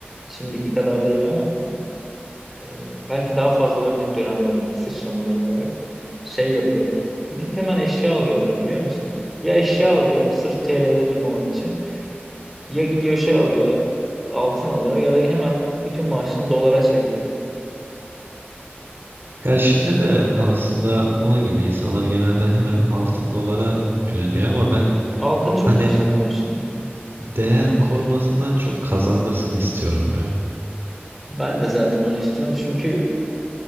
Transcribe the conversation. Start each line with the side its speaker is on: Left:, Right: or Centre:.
Centre: Şimdiki kadar değil ama e, belki daha fazla olabilir dönem dönem hani sıçramalar olarak. Şey yapıyorlar. Gidip hemen eşya alıyorlar biliyor musun? Ya eşya alıyor sırf TL'de durmamak için. Ya gidiyor şey alıyor altın alıyor ya da hemen bütün maaşını dolara çeviriyor.
Right: Ya şimdi de aslında onun gibi insanlar genelde hemen altın dolara yöneliyor ama ben
Centre: Altın çok
Right: hani
Centre: yüksek ama şimdi.
Right: değer korumasından çok kazandırsın istiyorum ya.
Centre: Ben de zaten onu istiyorum çünkü